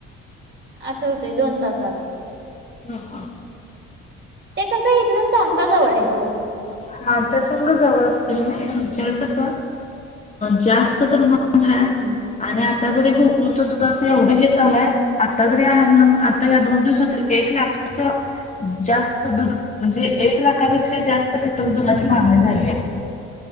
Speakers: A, on the right (about 30°); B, on the left (about 20°).
A: असं होतय दोन तासात.
B: हा हा.
A: ते कसं, हितलं संस्था जवळ हायेत ओ.
B: हा, ते संघ जवळ असतील नाई, म्हणून कसं, जास्त प्रमाण
A: हम्म
B: जा,
A: हम्म
B: आता तरी गोकुळच्या दुधाचं एवढं हे चालू आहे आता जरी याल, आता या दोन
A: हम्म
B: दिवसात तरी एक लाखाच, जास्त दुध म्हणजे
A: हम्म
B: एक लाखापेक्षा जास्त लिटर
A: हम्म.
B: दुधाची मागणी झाल्या.